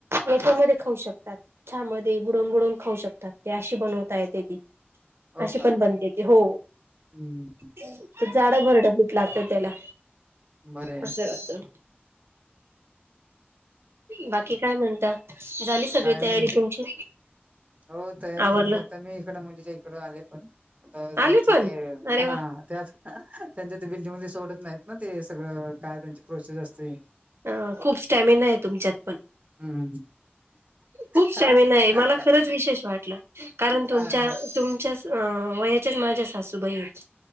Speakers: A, on the right; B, on the right.
A: हेच्यामध्ये खाऊ शकताात छा मध्ये बुडवून बुडवून खाऊ शकतात ती अशी बनवता येते ती
B: हो
A: अशी
B: का
A: पण बनते ती हो
B: हम्म
A: जाडं भरडं पिठ लागतं त्याला
B: बरंय
A: असं राहतं बाकी काय म्हणता झाली सगळी
B: काय
A: तयारी
B: नाही
A: तुमची
B: हो तयारी
A: आवरलं
B: झाली आता मी इकडं मुलीच्या इकडं आलोय पण आता त्यांचं
A: आले पण
B: ते
A: अरे
B: हा
A: वा
B: त्यात त्यांच्या ते बिल्डिंग मध्ये सोडत नाहीत ना ते सगळं काय त्यांचे प्रोसेस असते
A: अ खूप स्टॅमिना आहे तुमच्यात पण
B: हम्म
A: खूप स्टॅमिना
B: का
A: आहे
B: हा
A: मला खरंच विशेष वाटलं कारण तुमच्या
B: हा
A: तुमच्या अ वयाच्याच माझ्या सासूबाई आहेत